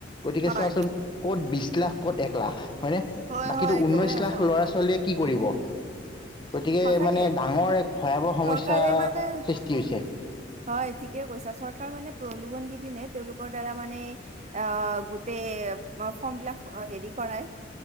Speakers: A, on the left; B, on the right.
A: গতিকে
B: হয়
A: চোৱাচোন ক'ত বিছ লাখ ক'ত এক লাখ হয়নে
B: হয়
A: বাকী
B: হয় একেবাৰে
A: ঊনৈশ
B: সঁচা
A: লাখ ল'ৰা
B: কথা।
A: ছোৱালীয়ে কি কৰিব গতিকে
B: সঁচাকে
A: মানে ডাঙৰ এক ভয়াৱহ সমস্যা
B: চৰকাৰে মানে
A: সৃষ্টি হৈছে
B: হয় ঠিক কে কৈছা চৰকাৰ মানে প্ৰলোভন দি পিনে তেওঁলোকৰ দ্বাৰা মানে আহ গোটেই ফ্ৰমবিলাক হেৰি কৰাই